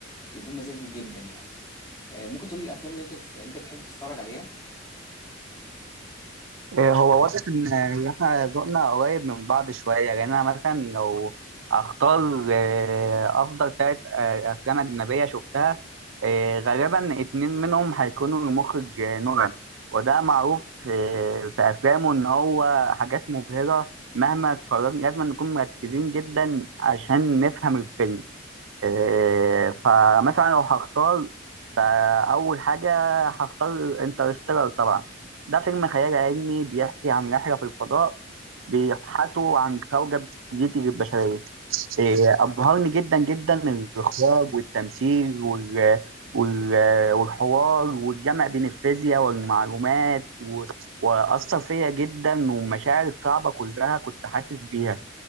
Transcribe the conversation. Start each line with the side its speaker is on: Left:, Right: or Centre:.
Left: بيكون مزاجي جدا يعني آه، ممكن تقول لي الافلام اللي انت بتف... انت بتحب تتفرج عليها
Right: إيه، هو واضح ان إن احنا ذوقنا قريب من بعض شويه يعني انا مثلا لو اختار إيه، افضل ثلاث افلام اجنبيه شفتها إيه، غالبا اتنين منهم هيكونوا المخرج آه، نولان وده معروف آه، في افلامه ان هو حاجات مبهره مهما اتفرجنا لازم نكون مركزين جدا عشان نفهم الفيلم إيه، فمثلا لو هختار فأول حاجة هختار انترستيلر طبعا ده فيلم خيال علمي بيحكي عن رحلة في الفضاء بيبحثوا عن كوكب جديد للبشرية إيه، أبهرني جدا جدا الإخراج والتمثيل وال... وال... والحوار والجمع بين الفيزياء والمعلومات و... وأثر فيا جدا والمشاعر الصعبة كلها كنت حاسس بيها